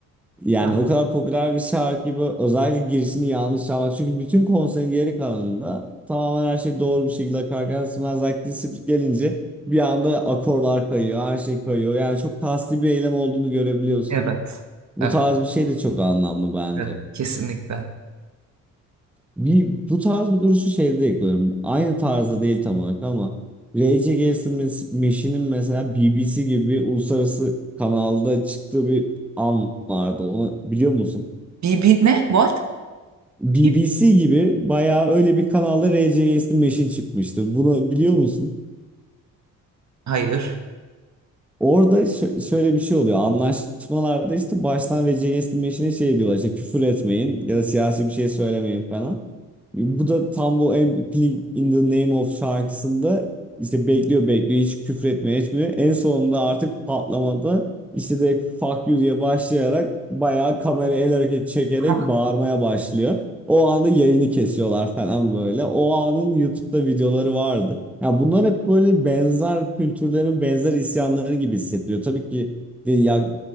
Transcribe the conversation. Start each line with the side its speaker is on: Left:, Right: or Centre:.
Centre: Yani
Right: Ha,
Centre: o kadar popüler bir şarkı gibi özellikle girişini yanlış çalmak. Çünkü bütün konserin geri kalanında tamamen her şey doğru bir şekilde akarken Smells Like Teen Spirit gelince bir anda akorlar kayıyor, her şey kayıyor. Yani çok kasti bir eylem olduğunu görebiliyorsun.
Right: Evet.
Centre: Bu
Right: Evet.
Centre: tarz bir şey de çok anlamlı bence.
Right: Evet. Kesinlikle.
Centre: Bir, bu tarz bir duruşu şeyde yakaladım. Aynı tarzda değil tam olarak ama Rage Against the Mas- Machine'in mesela BBC gibi bir uluslararası kanalda çıktığı bir an vardı. Onu biliyor musun?
Right: Bir, bir ne? What?
Centre: BBC
Right: Kim?
Centre: gibi bayağı öyle bir kanalda Rage Against the Machine çıkmıştı. Bunu biliyor musun?
Right: Hayır.
Centre: Orada şö- şöyle bir şey oluyor. Anlaşmalarda işte baştan Rage Against the Machine'e şey diyorlar işte küfür etmeyin ya da siyasi bir şey söylemeyin falan. Bu da tam bu Everything in the Name of şarkısında işte bekliyor bekliyor hiç küfür etmiyor etmiyor. En sonunda artık patlamada işte direkt fuck you diye başlayarak bayağı kamera el hareketi çekerek
Right: Hah,
Centre: bağırmaya başlıyor. O anda yayını kesiyorlar falan böyle. O anın YouTube'da videoları vardı. Ya bunlar hep böyle benzer kültürlerin benzer isyanları gibi hissettiriyor. Tabii ki de- ya-